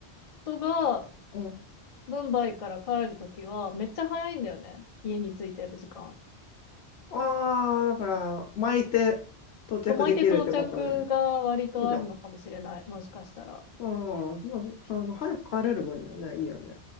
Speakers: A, on the left (about 50°); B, on the left (about 70°).
A: 夫が
B: うん。
A: ムンバイから帰るときは、めっちゃ早いんだよね。家に着いてる時間。
B: ああ、だから、巻いて到着できるってことね。
A: そう、巻いて到着が割とあるのかもしれない。
B: いいじゃん。
A: もしかしたら。
B: ああ、まあ、そあの、早く帰れる分にはね、いいよね。